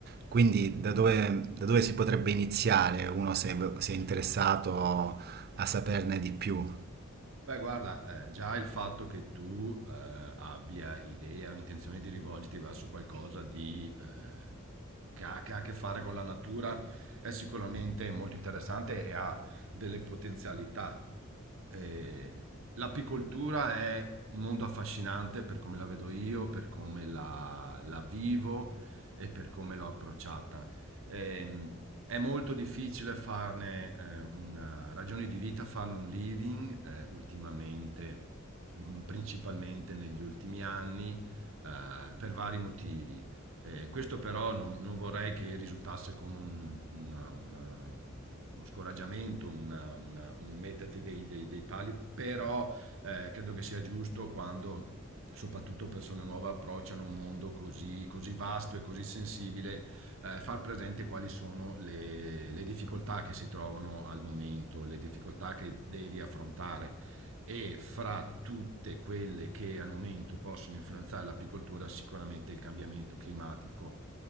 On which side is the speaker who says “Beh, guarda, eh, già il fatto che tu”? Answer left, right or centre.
Right